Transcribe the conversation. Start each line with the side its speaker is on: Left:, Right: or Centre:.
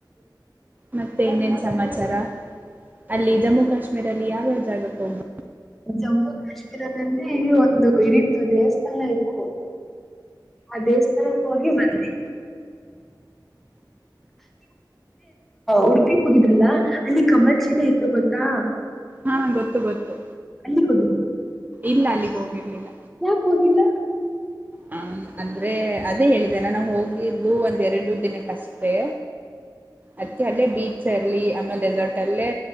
Right: ಮತ್ತೆ ಇನ್ನೇನ್ ಸಮಾಚಾರ ಅಲ್ಲಿ ಜಮ್ಮು ಕಾಶ್ಮೀರ ಅಲ್ಲಿ ಯಾವ್ಯಾವ ಜಾಗಕ್ಕೆ ಹೋಗ್ಬಹುದು
Centre: ಜಮ್ಮು ಕಾಶ್ಮೀರದಲ್ಲಿ ಒಂದು ಇರಿಫ್ ದೇವಸ್ಥಾನ ಇತ್ತು. ಆ ದೇವಸ್ಥಾನಕ್ಕೆ ಹೋಗಿ ಮಾಡ್ದೆ. <inaudible> ಉಡುಪಿ ಹೋಗಿದ್ರಾ? ಇಲ್ಲ ಅಲ್ಲಿ ಕಮಲ್ ಶಿಲೆ ಇತ್ತು ಗೊತ್ತಾ.
Right: ಹಾ ಗೊತ್ತು ಗೊತ್ತು
Centre: ಅಲ್ಲಿಗ್
Right: ಇಲ್ಲ ಅಲ್ಲಿಗ್ ಹೋಗಿರ್ಲಿಲ್ಲ
Centre: ಯಾಕ ಹೋಗಿಲ್ಲ
Right: ಹ ಅಂದ್ರೆ ಅದೇ ಹೇಳಿದೆಲ್ಲ ನಾ ಹೋಗಿದ್ದು ಒಂದ್ ಎರಡು ದಿನಕ್ಕೆ ಅಷ್ಟೇ ಅದ್ಕ್ಕೆ ಅಲ್ಲೇ ಬೀಚ್ ಅಲ್ಲಿ ಆಮೇಲೆ ಡೆಸರ್ಟ್ ದಲ್ಲೇ